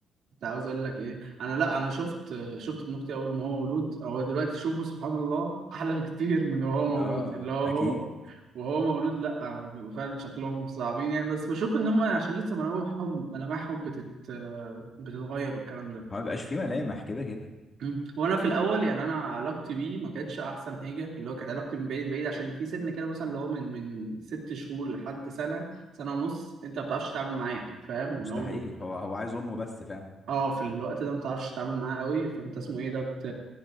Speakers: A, on the right; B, on the left.
A: كنت عاوز اقول لك ايه انا لا انا شفت شفت ابن اختي اول ما هو مولود هو دلوقتي شوفه سبحان الله احلى بكتير من وهو مولود
B: <laughs> اه
A: اللي هو
B: اكيد
A: هو وهو مولود لا بيبقوا فعلا شكلهم صعبين يعني بس بشوف ان هم عشان لسه ملامحهم ملامحهم بتت بتتغير والكلام ده
B: هو مبيبقاش فيه ملامح كده كده
A: مم. وانا في الاول يعني انا علاقتي بيه ما كانتش احسن حاجه اللي هو كانت علاقتي من بعيد بعيد عشان في سن كده مثلا اللي هو من من ست شهور لحد سنه سنه ونص انت ما بتعرفش تتعامل معاه فاهم ان
B: مستحيل
A: هو ب-
B: هو هو عايز امه بس فعلا
A: اه في الوقت ده ما بتعرفش تتعامل معاه قوي فانت اسمه ايه ده بت...